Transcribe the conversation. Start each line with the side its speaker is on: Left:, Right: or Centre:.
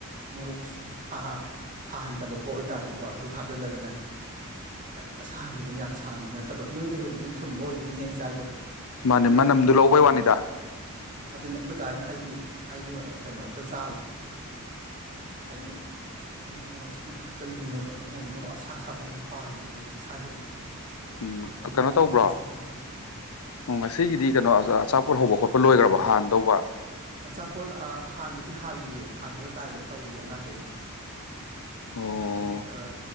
Right: ꯃꯣꯔꯣꯛ ꯁꯥꯁꯥꯍꯟꯗꯕ ꯄꯣꯠ ꯑꯣꯏꯇꯥꯔꯗꯤꯀꯣ ꯑꯗꯨ ꯍꯥꯞꯆꯜꯂꯒꯅꯦ꯫ ꯈꯤꯇꯪ꯫ ꯁꯥꯍꯟꯕꯤꯗꯣ ꯌꯥꯝ ꯁꯥꯍꯟꯕꯤ ꯅꯠꯇꯕ ꯅꯣꯏꯗꯒꯕꯨꯗꯤ ꯊꯨꯝꯕ ꯑꯣꯏꯗꯣꯏꯅꯤꯍꯦ ꯑꯩꯏ ꯆꯥꯏꯗꯣ꯫
Left: ꯃꯥꯅꯤ
Right: ꯑꯗꯨꯅ
Left: ꯃꯅꯝꯗꯨ ꯂꯧꯕꯩ ꯋꯥꯅꯤꯗ
Right: ꯑꯗꯨꯅꯤ ꯑꯩꯈꯣꯏꯗꯥꯢ ꯑꯩꯒꯤ ꯑꯩꯒꯤ ꯀꯩꯅꯣ ꯑꯝꯀꯥ ꯆꯥꯕ꯫ ꯍꯥꯏꯅꯩ ꯃꯣꯏꯗꯤ ꯃꯣꯔꯣꯛꯁꯦ ꯑꯃꯨꯛ ꯍꯥꯞꯆꯤꯟꯗꯅꯦꯕ ꯃꯣꯏꯗꯤ ꯃꯣꯔꯣꯛ ꯑꯁꯥ ꯑꯁꯥꯕꯁꯦ ꯌꯥꯝ ꯄꯥꯝꯃꯦꯕ ꯃꯣꯏꯗꯤ ꯃꯁꯥꯒꯤ ꯑꯣꯏꯅ꯫
Left: ꯎꯝ
Right: ꯑꯩ
Left: ꯀꯩꯅꯣ
Right: ꯑꯩ
Left: ꯇꯧꯕ꯭ꯔꯣ
Right: ꯆꯒꯟꯗꯦ
Left: ꯎꯝ ꯉꯁꯤꯒꯤꯗꯤ ꯀꯩꯅꯣ ꯑꯆꯥꯄꯣꯠ ꯍꯧꯕ ꯈꯣꯠꯄ ꯂꯣꯏꯈ꯭ꯔꯕ ꯍꯥꯟꯅꯗꯧꯕ
Right: ꯑꯆꯥꯄꯣꯠ ꯍꯥꯟꯕꯗꯤ ꯍꯜꯂꯤꯌꯦ ꯍꯥꯟꯕꯒ ꯇꯥꯏꯕꯒ ꯇꯧꯔꯤꯌꯦ ꯑꯉꯥꯡꯈꯩꯅ
Left: ꯑꯣ
Right: ꯑꯗꯨꯒ ꯑꯥ